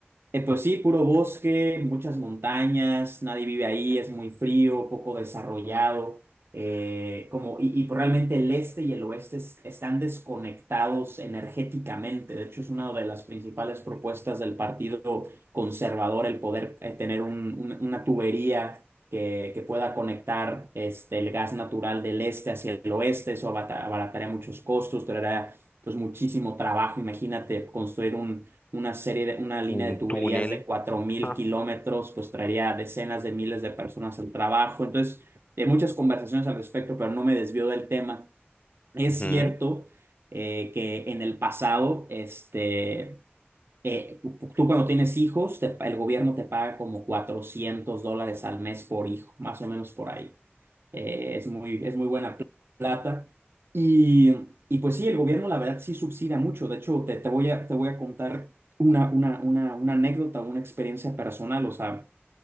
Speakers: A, on the right (about 65°); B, on the left (about 30°).
A: eh, pues sí, puro bosque, muchas montañas, nadie vive ahí, es muy frío, poco desarrollado, eh, como, y, y pues realmente el este y el oeste es- están desconectados energéticamente. De hecho, es una de las principales propuestas del Partido Conservador el poder eh, tener un- un- una tubería que, que pueda conectar este, el gas natural del este hacia el oeste. Eso abata- abarataría muchos costos, traerá pues muchísimo trabajo. Imagínate construir una serie de, una línea
B: un
A: de tuberías
B: túnel,
A: de cuatro mil
B: ah,
A: kilómetros, pues traería decenas de miles de personas al trabajo. Entonces, hay muchas conversaciones al respecto, pero no me desvío del tema. Es
B: ujú,
A: cierto eh, que en el pasado, este, eh, tú cuando tienes hijos, te- el gobierno te paga como 400 dólares al mes por hijo, más o menos por ahí eh, es muy, es muy buena plata. Y, y pues sí, el gobierno la verdad sí subsidia mucho. De hecho, te, te voy a, te voy a contar una, una, una, una anécdota, una experiencia personal. O sea,